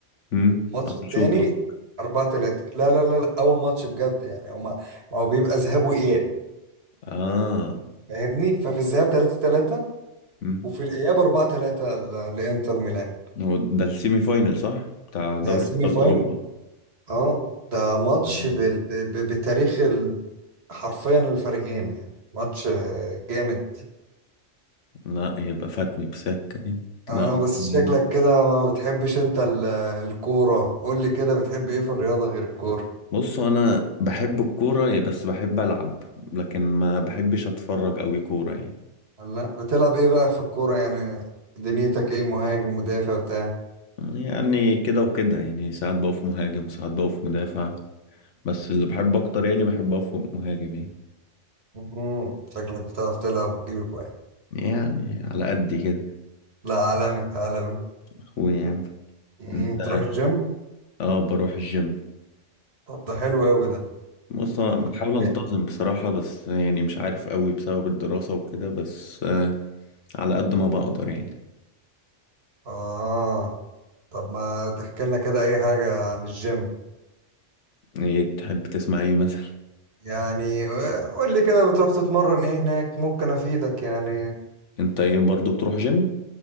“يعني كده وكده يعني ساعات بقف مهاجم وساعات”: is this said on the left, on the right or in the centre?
Left